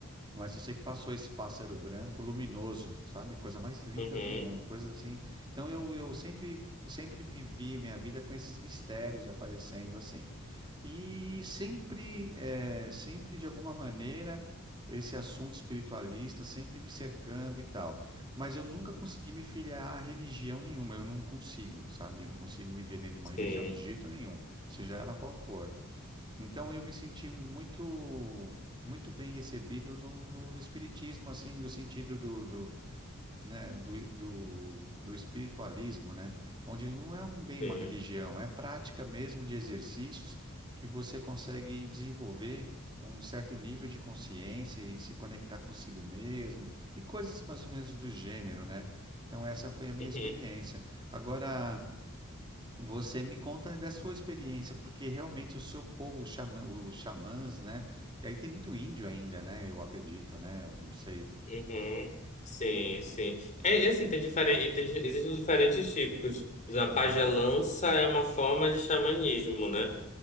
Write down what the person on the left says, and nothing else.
Uhum,
sim,
sim.
Uhum.
Uhum. Sim, sim. É, e assim, tem diferente, tem, existem diferentes tipos. A pagelança
é uma forma de xamanismo, né?